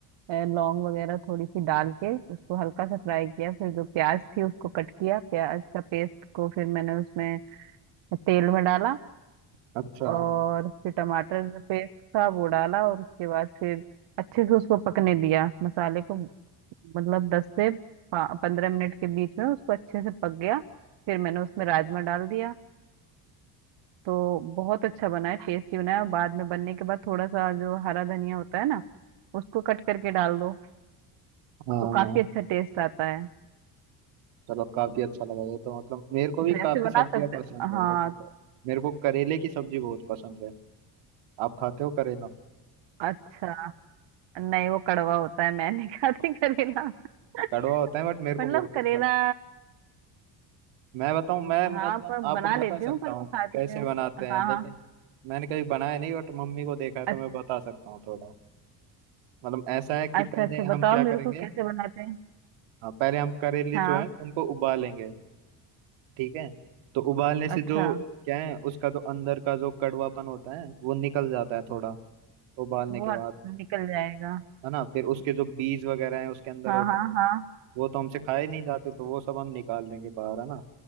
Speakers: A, on the right; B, on the right.
A: अ, लौंग वगैरह थोड़ी सी डाल के उसको हल्का सा फ्राई किया फिर जो प्याज थी उसको कट किया प्याज का पेस्ट को फिर मैंने उसमें तेल में डाला
B: अच्छा
A: और फिर टमाटर जो पेस्ट था वो डाला और उसके बाद फिर अच्छे से उसको पकने दिया मसाले को मतलब दस से पंद्रह मिनट के बीच में उसको अच्छे से पक गया फिर मैंने उसमें राजमा डाल दिया तो बहुत अच्छा बना है टेस्टी बना है और बाद में बनने के बाद थोड़ा सा जो हरा धनिया होता है ना उसको कट करके डाल दो
B: हाँ
A: तो काफी अच्छा टेस्ट आता है
B: चलो काफी अच्छा लगा ये तो मतलब मेरे
A: तो
B: को भी
A: ऐसे
B: काफी
A: बना
B: सब्जियां
A: सकते
B: पसंद है
A: हाँ
B: वैसे
A: तो
B: मेरे को करेले की सब्जी बहुत पसंद है आप खाते हो करेला
A: अच्छा नहीं वो कड़वा होता है मैं नहीं खाती करेला <laughs>
B: कड़वा होता है बट मेरे को
A: मतलब
B: बहुत
A: करेला
B: अच्छा लगता है मैं बताऊं मैं
A: हाँ
B: मतलब
A: मैं
B: आपको
A: बना लेती
B: बता सकता
A: हूँ पर
B: हूँ
A: वो खाती
B: कैसे
A: नहीं हूँ।
B: बनाते हैं
A: हाँ
B: लेकिन
A: हाँ
B: मैंने कभी बनाया नहीं बट मम्मी को देखा है तो
A: अच्छा
B: मैं बता सकता हूँ थोड़ा मतलब ऐसा है कि
A: अच्छा
B: पहले
A: अच्छा
B: हम
A: बताओ
B: क्या
A: मेरे
B: करेंगे
A: को कैसे बनाते हैं
B: हाँ पहले हम करेले
A: हाँ
B: जो है उनको उबालेंगे ठीक है तो उबालने से
A: अच्छा
B: जो क्या है उसका जो अंदर का जो कड़वापन होता है वो निकल जाता है थोड़ा उबालने
A: वो
B: के बाद
A: निकल जाएगा
B: है ना फिर उसके जो बीज वगैरह है उसके अंदर
A: हाँ
B: होते
A: हाँ
B: हैं
A: हाँ
B: वो तो हमसे खाए नहीं जाते तो वो सब हम निकाल लेंगे बाहर है ना